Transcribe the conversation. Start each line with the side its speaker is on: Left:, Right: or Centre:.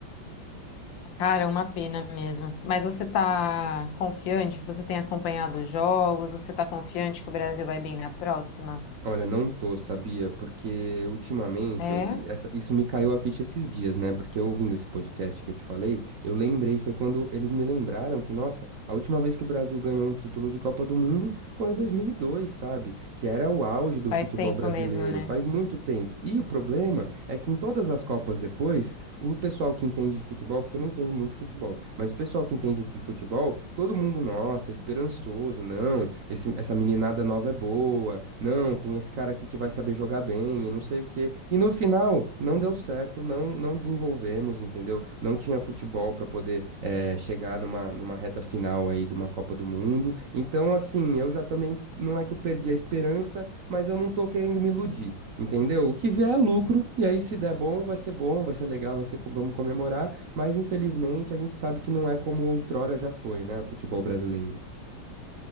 Left: Cara, é uma pena mesmo. Mas você tá confiante? Você tem acompanhado os jogos? Você tá confiante que o Brasil vai bem na próxima?
Right: Olha, não tô, sabia? Porque ultimamente,
Left: É,
Right: eu- essa- isso me caiu a ficha esses dias, né? Porque eu ouvindo esse podcast que eu te falei, eu lembrei, foi quando eles me lembraram que, nossa, a última vez que o Brasil ganhou um título de Copa do Mundo foi em 2002, sabe? Que era o auge do
Left: faz
Right: futebol
Left: tempo
Right: brasileiro,
Left: mesmo, né?
Right: faz muito tempo. E o problema é que em todas as Copas depois, o pessoal que entende de futebol, porque eu não entendo muito de futebol, mas o pessoal que entende de futebol, todo mundo, nossa, esperançoso, não esse- essa meninada nova é boa. Não, tem esse cara aqui que vai saber jogar bem, e não sei o quê. E no final, não deu certo, não, não desenvolvemos, entendeu? Não tinha futebol para poder eh, chegar numa, numa reta final aí de uma Copa do Mundo. Então, assim, eu já também, não é que eu perdi a esperança, mas eu não tô querendo me iludir, entendeu? O que vier é lucro, e aí se der bom, vai ser bom, vai ser legal, vai ser, com- vamos comemorar, mas infelizmente a gente sabe que não é como outrora já foi, né, o futebol brasileiro.